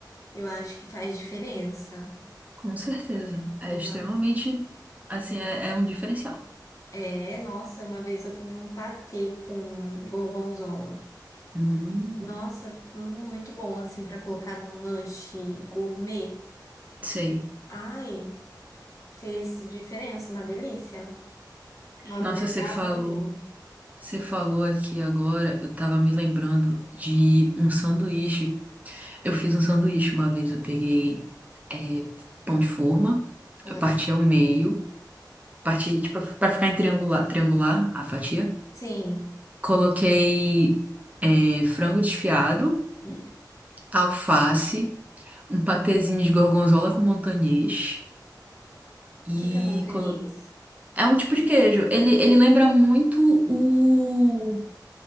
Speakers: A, on the left; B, on the right.
A: eu acho que faz diferença.
B: com certeza. É
A: Uma...
B: extremamente, assim, é, é um diferencial.
A: É, nossa, uma vez eu comi um patê com gorgonzola.
B: Hum,
A: Nossa, muito bom, assim, para colocar num lanche gourmet.
B: sei.
A: Ai, fez diferença, uma delícia. Olha,
B: Nossa,
A: dá
B: você falou,
A: água na boca.
B: você falou aqui agora, eu tava me lembrando de um sanduíche. Eu fiz um sanduíche uma vez, eu peguei é, pão de forma,
A: Ah,
B: eu parti ao meio, parti, tipo, pra ficar em triangular, triangular a fatia.
A: sim.
B: Coloquei é, frango desfiado,
A: O
B: alface, um patezinho de gorgonzola com montanhês. E
A: que que é montanhês?
B: colo- é um tipo de queijo. Ele, ele lembra muito o,